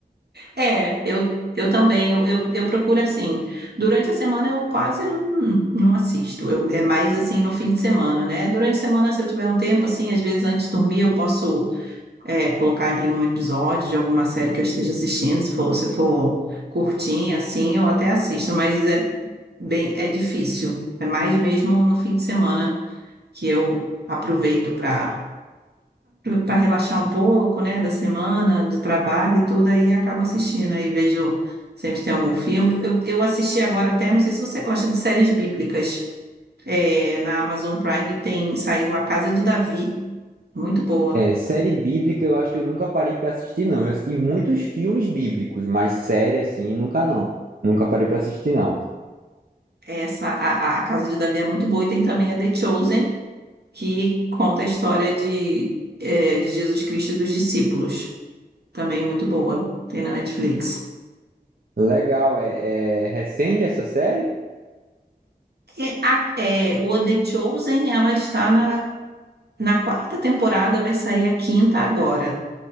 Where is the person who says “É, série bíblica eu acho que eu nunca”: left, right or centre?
Right